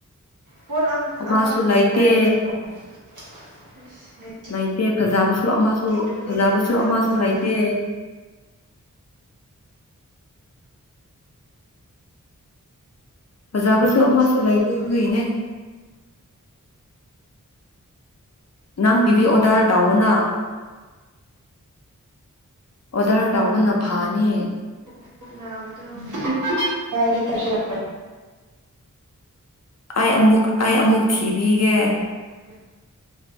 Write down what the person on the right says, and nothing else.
ꯄꯣꯠ ꯑꯝ
ꯑꯃꯇ
ꯂꯩꯗꯕ꯭ꯔꯣ <unintelligible>
ꯅꯨꯃꯤꯠ
ꯐꯠꯇꯕ
ꯃꯥꯜꯂꯦ
ꯑꯩꯁꯨ
ꯈꯪꯕꯨ
<unintelligible>
<inaudible>